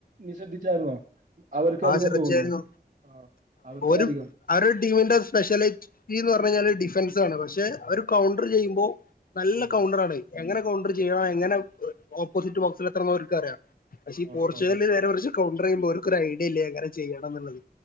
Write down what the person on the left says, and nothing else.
ആ
ശ്രദ്ധിച്ചായിരുന്നു
ഒരു
അവരുടെ ടീമിന്റെ സ്പെഷ്യലിറ്റി എന്ന് പറഞ്ഞ കഴിഞ്ഞാല് ഡിഫൻസണ് പക്ഷെ അവര് കൗണ്ടർ ചെയ്യുമ്പോ നല്ല
കൗണ്ടറാണ് എങ്ങനെ കൗണ്ടർ ചെയ്യണം എങ്ങനെ ഓപ്പോസിറ്റ് ബോക്സിൽ എത്തണം അവക്ക് അറിയാം പക്ഷെ ഈ
പോർച്ചുഗലിൽ
ഇവരെ കുറിച്ച് കാണ്ടർ ചെയ്യുമ്പോൾ ഓര്ക്ക് ഒരു ഐഡിയ ഇല്ലേ എങ്ങനെ ചെയ്യണം എന്നുള്ളത്